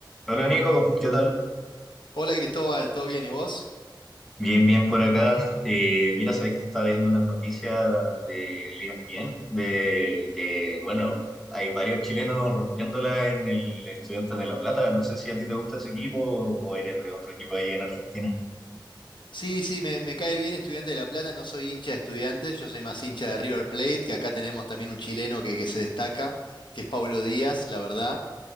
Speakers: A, in the centre; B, on the left.
A: Hola Nico, ¿qué tal?
B: Hola Cristóbal, ¿todo bien? ¿Y vos?
A: Bien, bien por acá. Eh, mira, sabéis que estaba viendo unas noticias del ESPN, de que, bueno, hay varios chilenos rompiéndola en el Estudiantes de La Plata. No sé si a ti te gusta ese equipo o o eres de otro equipo ahí en Argentina.
B: Sí, sí, me, me cae bien Estudiante de La Plata, no soy hincha de Estudiantes, yo soy más hincha de River Plate, que acá tenemos también un chileno que, que se destaca, que es Pablo Díaz, la verdad,